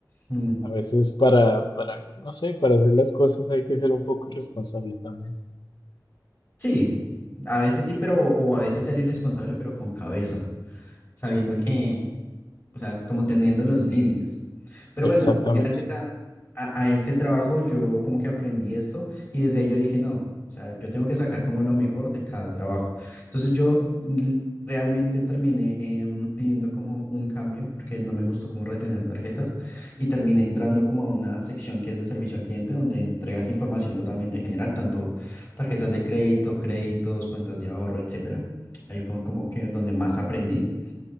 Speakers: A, on the left; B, on the left.
A: mm,
B: A veces para, para, no sé, para hacer las cosas hay que ser un poco irresponsable también.
A: sí, a veces sí, pero o a veces ser irresponsable, pero con cabeza, sabiendo que o sea, como teniendo los límites. Pero bueno,
B: Exactamente.
A: gracias a, a, a este trabajo yo como que aprendí esto y desde ahí yo dije, no, o sea, yo tengo que sacar como lo mejor de cada trabajo. Entonces yo l- realmente terminé em, pidiendo como un cambio porque no me gustó como retener tarjetas y terminé entrando como a una sección que es de servicio al cliente donde entregas información totalmente general, tanto tarjetas de crédito, créditos, cuentas de ahorro, etcétera. Ahí fue como que donde más aprendí.